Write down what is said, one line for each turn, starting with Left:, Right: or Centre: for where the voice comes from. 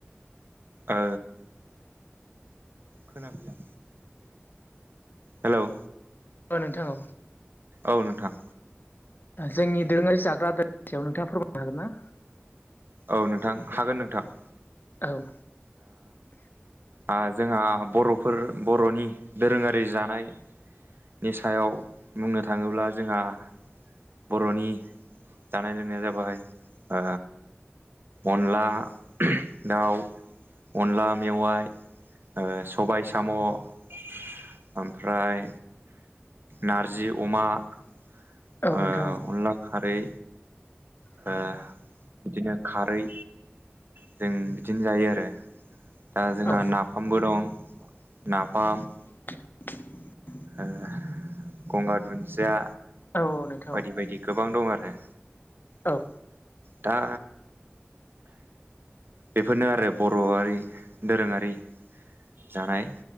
Right: ओ खोनाफैला। हेल'
Left: ओ नोंथां औ।
Right: औ नोंथां।
Left: जोंनि दोरोङारि जाग्रा <unintelligible> सायाव नोंथाङा फोरमायनो हागोन ना?
Right: औ नोंथां हागोन नोंथां।
Left: औ।
Right: ओ जोंहा बर'फोर बर'नि दोरोङारि जानाय नि सायाव बुंनो थाङोब्ला जोंहा बर'नि जानाय लोंनाया जाबाय ओ अनला दाउ अनला मेवाइ ओ सबाय साम' ओमफ्राय नारजि अमा ओ
Left: औ नोंथां
Right: अनला खारै ओ बिदिनो खारै जों बिदिनो जायो आरो दा जोंहा
Left: औ
Right: नाफामबो दं नाफाम
Left: <inaudible>
Right: ओ गंगार दुन्दिया
Left: औ नोंथां
Right: बायदि बायदि गोबां दं आरो
Left: औ।
Right: दा बेफोरनो आरो बर'आरि दोरोङारि जानाय